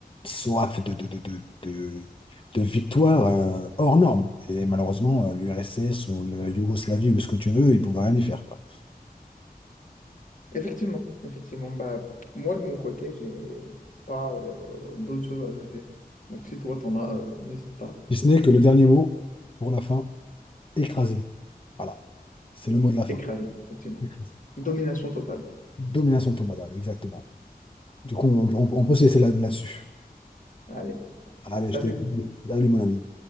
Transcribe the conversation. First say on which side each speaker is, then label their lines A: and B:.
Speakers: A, on the left; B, on the left.
A: soif de, de, de, de, de, de victoire euh, hors norme. Et malheureusement, euh, l'URSS ou la Yougoslavie ou ce que tu veux, ils pouvaient rien y faire, quoi.
B: Effectivement, effectivement. Bah, moi, de mon côté, j'ai pas euh, d'autres choses à ajouter. Donc, si toi, t'en as, euh, n'hésite pas.
A: Si ce n'est que le dernier mot pour la fin, écrasé. Voilà. C'est le mot de la fin.
B: Écrasé, effectivement.
A: Écrasé.
B: Domination
A: Voilà.
B: totale.
A: Domination de exactement. Du coup, on, on- on peut se laisser là- là-dessus.
B: Allez,
A: Allez,
B: salut!
A: je te dis, bon, salut mon ami.